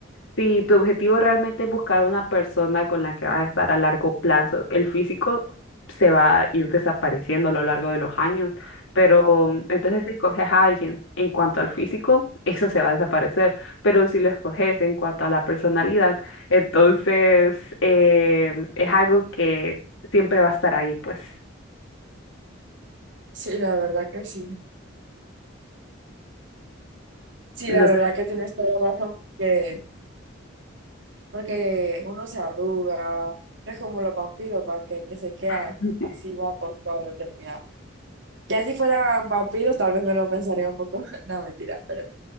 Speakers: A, on the left; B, on the right.
A: si tu objetivo realmente es buscar una persona con la que vas a estar a largo plazo, el físico se va a ir desapareciendo a lo largo de los años, pero entonces si escoges a alguien en cuanto al físico, eso se va a desaparecer, pero si lo escoges en cuanto a la personalidad, entonces eh, es algo que siempre va a estar ahí, pues.
B: Sí, la verdad que sí. Sí,
A: No
B: la verdad
A: te...
B: que tienes toda la razón. Que porque uno se arruga, no es como los vampiros para que, que se quedan
A: <laughs>
B: así guapos toda la eternidad. Ya si fueran vampiros, tal vez me lo pensaría un poco, <laughs> no, mentira, pero,